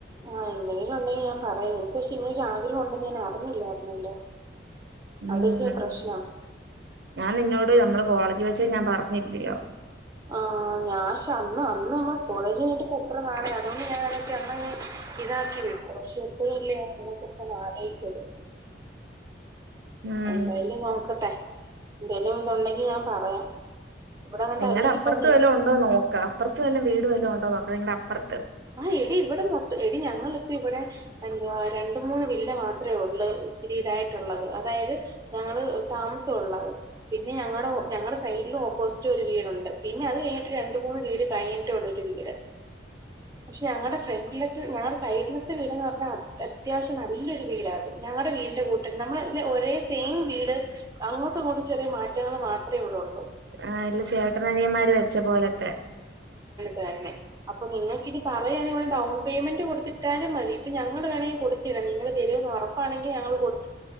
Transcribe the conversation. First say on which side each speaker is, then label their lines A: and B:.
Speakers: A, on the right; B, on the right.
A: ആ എന്തെങ്കിലും ഉണ്ടെങ്കിൽ ഞാൻ പറയാ <unintelligible> പക്ഷെ ഇനിയൊരു ആഗ്രഹം ഉണ്ടെന്ന് ഞാൻ അറിഞ്ഞില്ലായിരുന്നല്ലോ
B: ഉം
A: അതല്ലിയോ പ്രശ്നം
B: ഞാൻ നിന്നോട് നമ്മള് കോളേജ യുവൽസ് ഞാൻ പറഞ്ഞില്യോ.
A: ആ ഞാ ഷാ അന്ന് അന്ന് നമ്മള് കോളേജ് കഴിഞ്ഞിട്ടിപ്പോ എത്ര നാളെ അതുകൊണ്ട് <unintelligible> ഇതാക്കി വിട്ടു പക്ഷെ എപ്പോഴല്ലേ അതിനെക്ക ഇപ്പം ആലോച്ചത്.
B: ഉം
A: എന്തായാലും നോക്കട്ടെ എന്തായാലും ഇതുണ്ടെങ്കി ഞാൻ പറയാം. ഇവിടെ അങ്ങട്ട്
B: നിങ്ങളുടെ
A: അല്ലെങ്കി
B: അപ്പറത്ത്
A: ഇപ്പൊ നിനക്ക്
B: വല്ല ഉണ്ടോ നോക്ക അപ്പുറത്ത് വല്ലാം വീട് വല്ല ഉണ്ടോ നോക്ക നിങ്ങളുടെ അപ്പുറത്ത്
A: ആ എടി ഇവിടെ മൊത്തം എടി ഞങ്ങൾ. ഇവിടെ എന്തുവാ രണ്ട് മൂന്ന് വില്ല മാത്രെ ഉള്ളൂ ഇച്ചരി ഇതാ ട്ടുള്ളത് അതായത് ഞങ്ങള് താമസൊള്ളത് പിന്നെ ഞങ്ങടെ ഞങ്ങളുടെ സെയിട്ൽ ഓപ്പോസിറ്റ് ഒരു വീടുണ്ട് പിന്നെ അത് കഴിഞ്ഞിട്ട് രണ്ട് മൂന്ന് വീട് കഴിഞ്ഞിട്ടൊള്ളൂരു വീട്. പക്ഷെ ഞങ്ങളുടെ ഫ്രണ്ടിലത്ത് ഞങ്ങളുടെ സൈഡിലത്തെ വീട്ന്ന് പറഞ്ഞാൽ അത്യാവശ്യം നല്ലൊരു വീടാത്. ഞങ്ങള വീന്റെ നമ്മളെ ഒരേ സെയിം വീട് അങ്ങോട്ട് ഇങ്ങോട്ടു ചെറിയ മാറ്റങ്ങൾ മാത്രമേ ഇവിടെള്ളൂ.
B: ആ എല്ല ചേട്ടനനിയന്മാര് വെച്ച പോലത്തെ.
A: ദന്നെ അപ്പൊ നിങ്ങൾക്ക് ഇനി പറയാ ഡൗൺ പേയ്മെന്റ് കൊടുത്തിട്ടാലും മതി ഇപ്പൊ ഞങ്ങൾ വേണെ കൊടുത്ത് ല്ല നിങ്ങൾ വരുമന്ന് ഉറപ്പാണെങ്കിൽ ഞങ്ങള് കൊടു